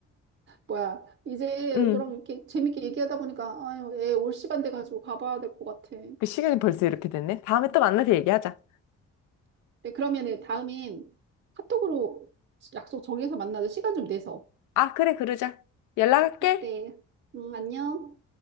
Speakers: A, on the right; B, on the left.
A: 뭐야, 이제
B: 응.
A: 너랑 이렇게 재밌게 얘기하다 보니까, 아유, 애 올 시간 돼가지고 가봐야 될 것 같아.
B: 그 시간이 벌써 이렇게 됐네. 다음에 또 만나서 얘기하자.
A: 네, 그러면은 다음엔 카톡으로 약속 정해서 만나자. 시간 좀 내서.
B: 아, 그래, 그러자. 연락할게.
A: 그래. 응, 안녕.